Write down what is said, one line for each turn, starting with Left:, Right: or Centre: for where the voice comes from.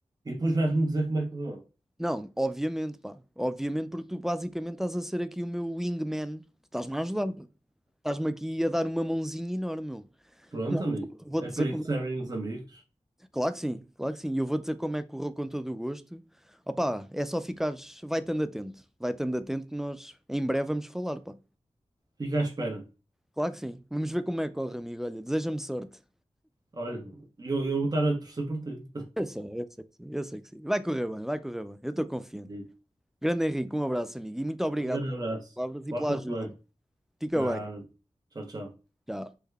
Right: e depois vais-me dizer como é que correu.
Centre: Não, obviamente, pá. Obviamente, porque tu basicamente estás a ser aqui o meu wingman. Tu estás-me a ajudar. pá. Estás-me aqui a dar uma mãozinha enorme, meu.
Right: Pronto,
Centre: Não,
Right: amigo.
Centre: vou- vou-te
Right: É
Centre: dizer
Right: para
Centre: como.
Right: isso que servem os amigos.
Centre: Claro que sim, claro que sim. E eu vou dizer como é que correu com todo o gosto. Opa, é só ficares, vai estando atento, vai estando atento que nós em breve vamos falar, pá.
Right: Fica à espera.
Centre: Claro que sim. Vamos ver como é que corre, amigo. Olha, deseja-me sorte.
Right: Olha, eu, eu vou estar a torcer por ti.
Centre: Eu sei, eu sei que sim, eu sei que sim. Vai correr bem, vai correr bem. Eu estou confiante.
Right: <laughs>
Centre: Grande Henrique, um abraço, amigo. E muito obrigado
Right: Um grande
Centre: pelas
Right: abraço.
Centre: palavras e
Right: Porta-te
Centre: pela ajuda.
Right: bem.
Centre: Fica
Right: Nada.
Centre: bem.
Right: Tchau, tchau.
Centre: Tchau.